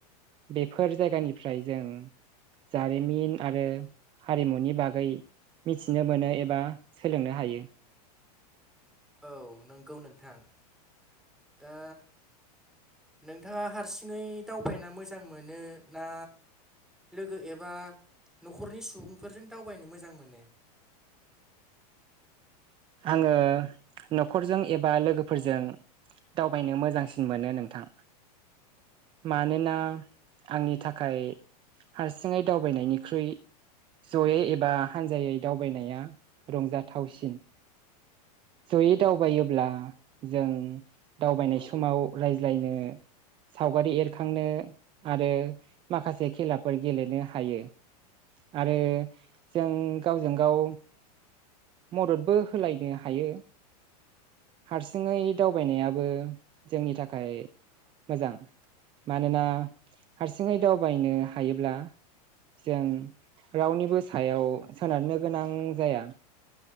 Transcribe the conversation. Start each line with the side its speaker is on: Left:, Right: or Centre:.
Right: बेफोर जायगानिफ्राय जों जारिमिन आरो। हारिमुनि बागै मिथिनो मोनो एबा सोलोंनो हायो।
Centre: औ नंगौ नोंथां दा। नोंथाङा हारसिङै दावबायना मोजां मोनो ना। लोगो एबा न'खरनि सुबुंफोरजों दावबायनो मोजां मोनो।
Right: आङो न'खरजों एबा लोगोफोर जों। दावबायनो मोजांसिन मोनो नोंथां। मानोना आंनि थाखाय। हारसिङै दावबायनायनिख्रुइ। जयै एबा हानजायै दावबायनाया रंजाथावसिन। जयै दावबायोब्ला जों दावबायनाय समाव रायज्लायनो। सावगारि एरखांनो आरो माखासे खेलाफोर गेलेनो हायो। आरो जों गावजों गाव। मददबो होलायनो हायो। हारसिङै दावबायनायाबो जोंनि थाखाय मोजां। मानोना हारसिङै दावबायनो हायोब्ला। जों रावनिबो सायाव सोनारनो गोनां जाया।